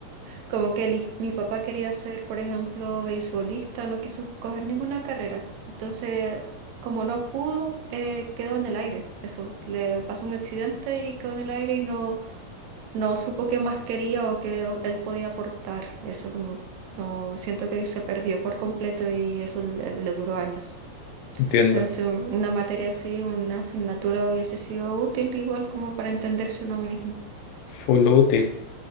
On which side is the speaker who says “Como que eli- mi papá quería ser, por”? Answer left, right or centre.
Right